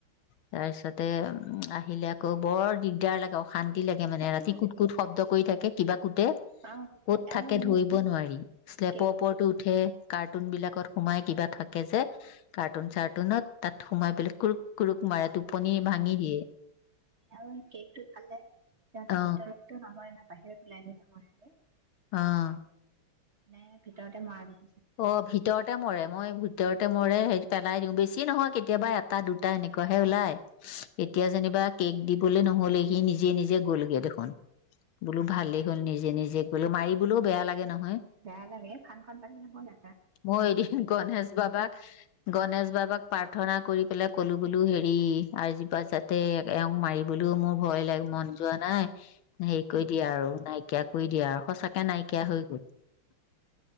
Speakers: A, on the left; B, on the right.
A: তাৰ পিছতে উম, আহিলে আকৌ বৰ দিগদাৰ লাগে অশা তি লাগে মানে
B: সেইটো
A: ৰাতি কুত কুট শব্দ কই থাকে কিবা কুট
B: অ
A: কত থাকে
B: আৰু এই
A: ধৰিব নোৱাৰি লেপৰ
B: কেকটো
A: ওপৰতো উঠে। এ কাৰ্টুন বিলাকত সোমাই কিবা থাকে যে কাৰ্টুন চাৰ্টুনত তাত সোমাই পেলাই কুৰুক কুৰুক মাৰে টোপনি ভাঙি
B: উ
A: দিয়ে
B: আৰু কেকটো খালে সিহঁতে
A: অ
B: ভিতৰতটো নমৰে ন বাহিৰত ওলাই নহে <unintelligible>
A: অহ
B: নে ভিতৰতে ময়া
A: অ ভিতৰতে মৰে মই ভিতৰত মৰে হে পেলাই দিওঁ বেছি নহয় কেতিয়াবা এটা দুটা এনেকুৱাাহে ওলাই এতিয়া যেনিবা কেক দিবলে নহ হলে সি নিজে নিজে গ'লগে দেখোন বোলো ভালেই হ'ল নিজ নিজে নিজে কইলেও মাৰিবলৈও বেয়া লাগে ন
B: বেয়া লাগে ফানখন পাতি থবলে,
A: মই এদিন গণেশ বাবাক, গণেশ বা কাবাক প্ৰাৰ্থনা কৰি পেলাই ক'লো বোলো হেৰি আজিপা যাতে এ এওঁ মাৰিবলৈও মোৰ ভয় লাগ মন যোৱা নাই। হেই কই দিয়া আৰু নাই তাইক কই দিয়া আ সচাঁকে নাইকিয়া হৈ গল